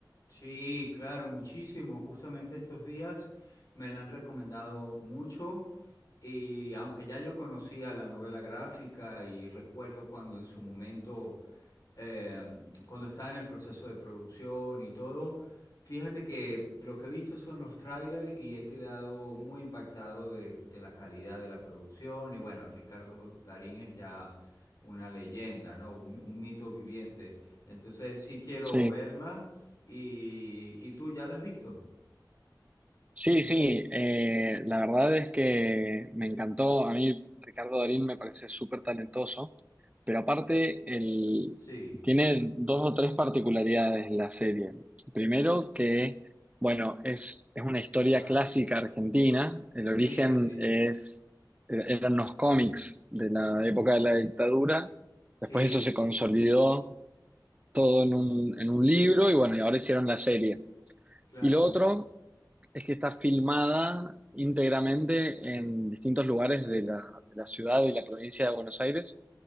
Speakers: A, on the left; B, on the right.
A: Sí, claro, muchísimo. Justamente estos días me la han recomendado mucho y aunque ya yo conocía la novela gráfica y recuerdo cuando en su momento eh, cuando está en el proceso de producción y todo, fíjate que lo que he visto son los trailers y he quedado muy impactado de, de la calidad de la producción. Y bueno, Ricardo Darín es ya una leyenda, ¿no? Un, un mito viviente. Entonces sí quiero
B: Sí.
A: verla. Y, y tú ya la has visto.
B: Sí, sí, eh, la verdad es que me encantó. A mí Ricardo Darín me parece súper talentoso, pero aparte el-
A: Sí.
B: tiene dos o tres particularidades la serie. Primero que, bueno, es, es una historia
A: Ajá.
B: clásica argentina.
A: Sí,
B: El origen
A: sí, sí.
B: es, eran los cómics de la época de la dictadura.
A: Sí,
B: Después eso se
A: sí.
B: consolidó todo en un, en un libro y bueno, y ahora hicieron la serie.
A: Claro.
B: Y lo otro... Es que está filmada íntegramente en distintos lugares de la, de la ciudad y la provincia de Buenos Aires.